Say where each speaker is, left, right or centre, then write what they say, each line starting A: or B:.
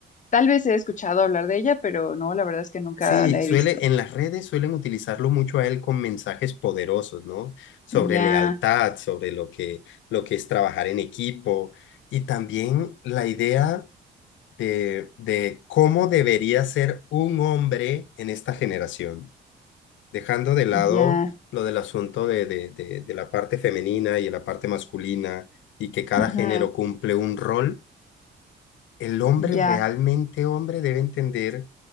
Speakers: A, on the left; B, on the left.
A: tal vez he escuchado hablar de ella, pero no, la verdad es que nunca
B: Sí,
A: la
B: suele,
A: he visto.
B: en las redes suelen utilizarlo mucho a él con mensajes poderosos, ¿no? Sobre
A: Ya,
B: lealtad, sobre lo que, lo que es trabajar en equipo y también la idea de, de cómo debería ser un hombre en esta generación. dejando de lado
A: ya,
B: lo del asunto de, de, de, de la parte femenina y de la parte masculina y que cada
A: ajá,
B: género cumple un rol, el hombre
A: ya.
B: realmente hombre debe entender